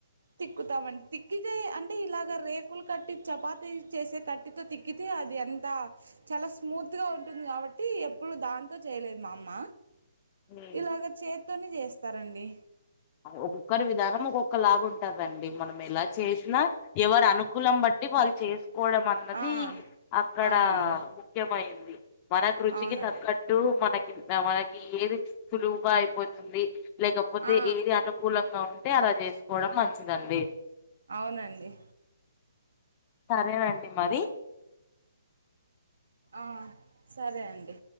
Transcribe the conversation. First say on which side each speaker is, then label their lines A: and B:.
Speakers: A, on the right; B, on the left.
A: తిక్కుతామండి తిక్కితే అంటే ఇలాగ రేకులు కట్టి చపాతి చేసే కట్టితో తిక్ తిక్కితే అది ఎంత చాలా స్మూత్ గా ఉంటుంది కాబట్టి ఎప్పుడు దాంతో చేయలేదు మా అమ్మ
B: హ్మ్.
A: ఇలాగ చేత్తోని చేస్తారండి
B: ఒక్కొక్కరి విధానం ఒక్కొక్క లాగా ఉంటందండి మనం ఎలా చేసినా ఎవరి అనుకూలం బట్టి వాళ్ళు చేసుకోవడం అన్నది
A: ఆ
B: అక్కడ
A: అవునండి
B: ముఖ్యమైంది మన రుచికి
A: అవునండి
B: తగ్గ టు మనకి మనకి ఏది సులువుగా అయిపోతుంది లేకపోతే
A: ఆ
B: ఏది అనుకూలంగా ఉంటే అలా చేసుకోవడం మంచిదండి
A: అవునండి
B: సరేనండి మరి
A: ఆ సరే అండి